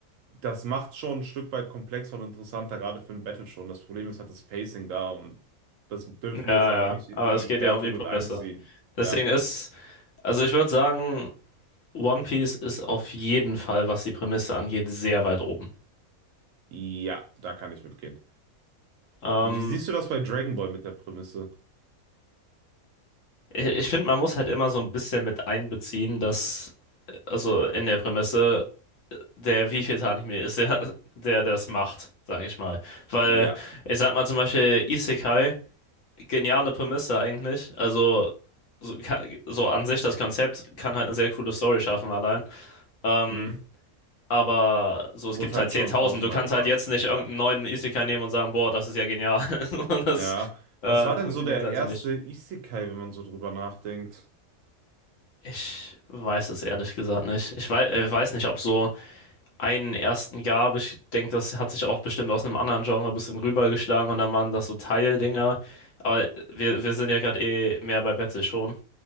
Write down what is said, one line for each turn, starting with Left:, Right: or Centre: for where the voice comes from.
Right: das macht schon ein Stück weit komplexer und interessanter, gerade für ein Battle schon. Das Problem ist halt das Pacing da und das dürfen
Left: ja,
Right: wir jetzt aber nicht
Left: ja.
Right: in
Left: Aber
Right: die
Left: es geht
Right: Wertung
Left: ja um die Prämisse.
Right: mit einziehen.
Left: Deswegen
Right: Ja.
Left: ist. Also, ich würde sagen, One Piece ist auf jeden Fall, was die Prämisse angeht, sehr weit oben.
Right: Ja, da kann ich mitgehen.
Left: Ähm,
Right: Wie siehst du das bei Dragon Ball mit der Prämisse?
Left: ich ich finde, man muss halt immer so ein bisschen mit einbeziehen, dass. äh, Also, in der Prämisse der wievielte Anime ist, der, der das macht, sage ich mal. Weil,
Right: Ja.
Left: ich sag mal zum Beispiel Isekai, geniale Prämisse eigentlich. Also, so, ka- so an sich das Konzept kann halt eine sehr coole Story schaffen allein. Ähm,
Right: Hm.
Left: aber so, es
Right: Wurde
Left: gibt
Right: halt
Left: halt zehntausend
Right: schon tausendmal
Left: Du kannst
Right: gemacht.
Left: halt jetzt nicht irgendeinen
Right: Ja.
Left: neuen Isekai nehmen und sagen, boah, das ist ja genial. <laughs> Und das
Right: Ja.
Left: äh,
Right: Was war denn
Left: funktioniert
Right: so der
Left: halt
Right: erste
Left: so nicht.
Right: Isekai, wenn man so drüber nachdenkt?
Left: Ich weiß es ehrlich gesagt nicht. Ich weiß, äh, weiß nicht, ob so einen ersten gab. Ich denke, das hat sich auch bestimmt aus einem anderen Genre ein bisschen rübergeschlagen und dann waren das so Teildinger. Aber wir, wir sind ja gerade eh mehr bei Betsy schon.